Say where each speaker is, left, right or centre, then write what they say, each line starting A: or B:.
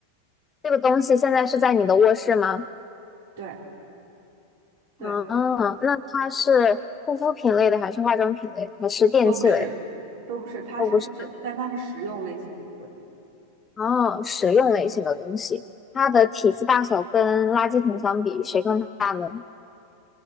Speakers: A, on the left; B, on the right.
A: 这个东西现在是在你的卧室吗？
B: 对对，
A: 嗯，那它是护肤品类的，还是化妆品类的还是电器类的？
B: 都不是，都不是，它是这，
A: 都不是。
B: 但它是实用类型的，对，
A: 哦，实用类型的东西，它的体积大小跟垃圾桶相比，谁更大呢？